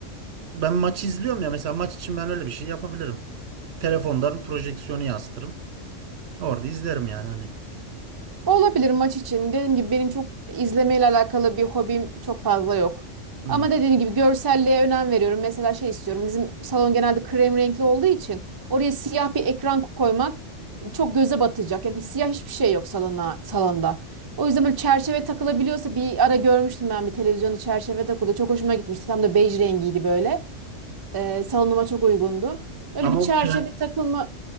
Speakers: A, on the right; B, on the right.
A: ben maç izliyorum ya mesela maç için ben öyle bir şey yapabilirim. Telefondan projeksiyonu yansıtırım. Orada izlerim yani hani.
B: olabilir maç için. Dediğim gibi benim çok izlemeyle alakalı bir hobim çok fazla yok.
A: Hmm.
B: Ama dediğim gibi görselliğe önem veriyorum. Mesela şey istiyorum. Bizim salon genelde krem renkli olduğu için oraya siyah bir ekran koymak çok göze batacak. Yani siyah hiçbir şey yok salona, salonda. O yüzden böyle çerçeve takılabiliyorsa bir ara görmüştüm ben bir televizyonda çerçeve takıldı. Çok hoşuma gitmişti. Tam da bej rengiydi böyle. Ee, salonuma çok uygundu. Öyle
A: Ama
B: bir çerçeve
A: o kağıt,
B: takılma